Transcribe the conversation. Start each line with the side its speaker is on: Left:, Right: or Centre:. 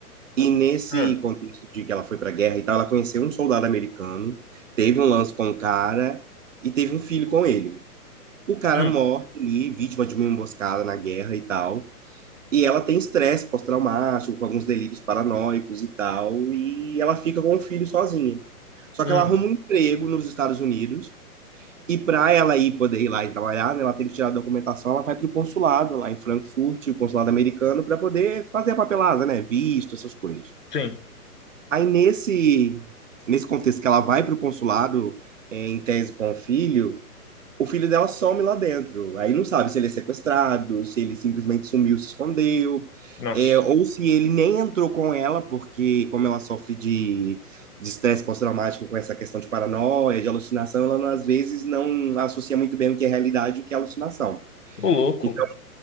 Right: E nesse
Left: Hum,
Right: contexto de que ela foi para a guerra e tal, ela conheceu um soldado americano, teve um lance com o cara e teve um filho com ele. O cara
Left: hum,
Right: morre ali, vítima de uma emboscada na guerra e tal. E ela tem estresse pós-traumático, com alguns delírios paranoicos e tal, e ela fica com o filho sozinha. Só
Left: hum,
Right: que ela arruma um emprego nos Estados Unidos, e para ela ir poder ir lá e trabalhar, né, ela tem que tirar a documentação, ela vai para o consulado lá em Frankfurt, o consulado americano, para poder fazer a papelada, né, visto, essas coisas.
Left: sim.
Right: Aí nesse nesse contexto que ela vai para o consulado é, em tese com o filho, o filho dela some lá dentro. Aí não sabe se ele é sequestrado, se ele simplesmente sumiu, se escondeu,
Left: Nossa.
Right: é, ou se ele nem entrou com ela, porque como ela sofre de de estresse pós-traumático com essa questão de paranoia, de alucinação, ela às vezes não associa muito bem o que é realidade e o que é alucinação.
Left: Ô, louco.
Right: Então,